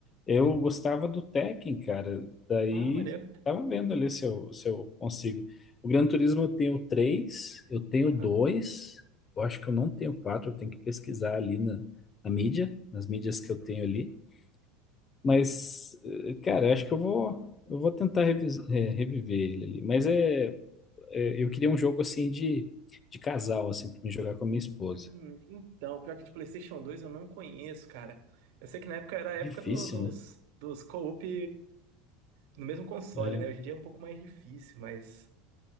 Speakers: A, on the left; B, on the right.
A: Eu gostava do Tekken, cara. Daí
B: Ah, maneiro.
A: tava vendo ali se eu, se eu consigo. O Gran Turismo eu tenho três, eu tenho
B: Aham.
A: dois. Eu acho que eu não tenho quatro, eu tenho que pesquisar ali na, na mídia, nas mídias que eu tenho ali. Mas, eh, cara, eu acho que eu vou, eu vou tentar revis- eh, reviver ele ali. Mas é, é, eu queria um jogo assim de, de casal, assim, pra me jogar com a minha esposa.
B: Hum, então, pior que de PlayStation 2 eu não conheço, cara. Eu sei que na época era a época
A: Difícil,
B: do- dos,
A: né?
B: dos co-op no mesmo console,
A: É.
B: né? Hoje em dia é um pouco mais difícil, mas